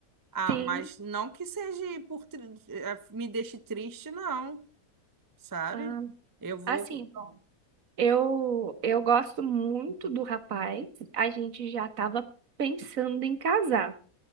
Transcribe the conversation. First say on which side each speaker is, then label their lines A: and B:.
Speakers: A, on the right; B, on the right.
A: Ah,
B: sim.
A: mas não que seja por tri- eh, me deixe triste, não, sabe?
B: Ah,
A: Eu vou.
B: assim, bom, eu, eu gosto muito do rapaz, a gente já estava pensando em casar.